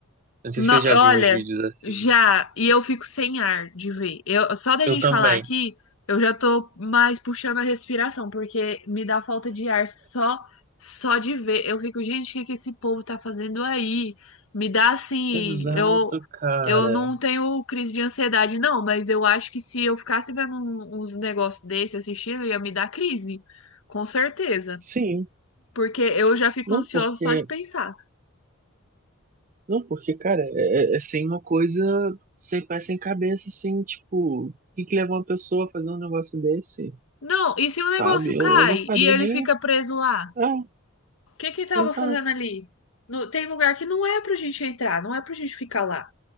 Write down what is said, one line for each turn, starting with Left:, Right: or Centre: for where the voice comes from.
Right: Não sei
Left: No-
Right: se você já
Left: olha,
Right: viu uns vídeos assim.
Left: já, e eu fico sem ar de ver. Eu, só da
Right: Eu
Left: gente
Right: também.
Left: falar aqui, eu já tô mais puxando a respiração, porque me dá falta de ar só só de ver. Eu fico, gente, o que que esse povo tá fazendo aí? Me dá assim,
Right: Exato,
Left: eu
Right: cara.
Left: eu não tenho crise de ansiedade, não, mas eu acho que se eu ficasse vendo um- uns negócios desse, assistindo, ia me dar crise, com certeza.
Right: Sim.
Left: Porque eu já fico
Right: Não
Left: ansiosa
Right: porque,
Left: só de pensar.
Right: não porque, cara, é, é é sem uma coisa sem pé sem cabeça, assim, tipo, o que que leva uma pessoa a fazer um negócio desse,
Left: Não, e se
Right: sabe?
Left: o negócio
Right: Eu,
Left: cai
Right: eu não faria
Left: e ele
Right: nem.
Left: fica preso lá?
Right: Ah,
Left: O que que tava
Right: exato,
Left: fazendo ali? No- tem lugar que não é pra gente entrar, não é pra gente ficar lá.